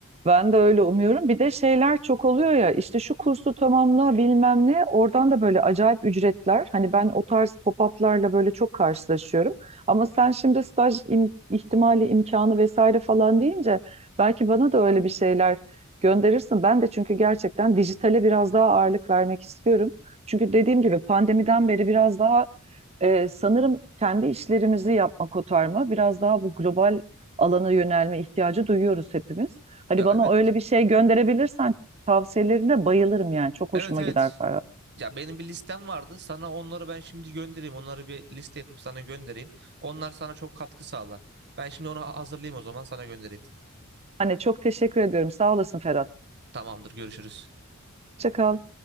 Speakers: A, on the right; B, on the right.
A: Ben de öyle umuyorum. Bir de şeyler çok oluyor ya işte şu kursu tamamla bilmem ne oradan da böyle acayip ücretler. Hani ben o tarz pop-up'larla böyle çok karşılaşıyorum. Ama sen şimdi staj im- ihtimali imkanı vesaire falan deyince belki bana da öyle bir şeyler gönderirsin. Ben de çünkü gerçekten dijitale biraz daha ağırlık vermek istiyorum. Çünkü dediğim gibi pandemiden beri biraz daha e, sanırım kendi işlerimizi yapma kotarma biraz daha bu global alana yönelme ihtiyacı duyuyoruz hepimiz. Hani
B: Ya
A: bana
B: evet,
A: öyle bir şey gönderebilirsen tavsiyelerine bayılırım yani. Çok
B: evet
A: hoşuma
B: evet.
A: gider Ferhat.
B: Ya benim bir listem vardı. Sana onları ben şimdi göndereyim. Onları bir liste yapıp sana göndereyim. Onlar sana çok katkı sağlar. Ben şimdi onu hazırlayayım o zaman sana göndereyim.
A: Hani çok teşekkür ediyorum. Sağ olasın Ferhat.
B: Tamamdır, görüşürüz.
A: Hoşça kal.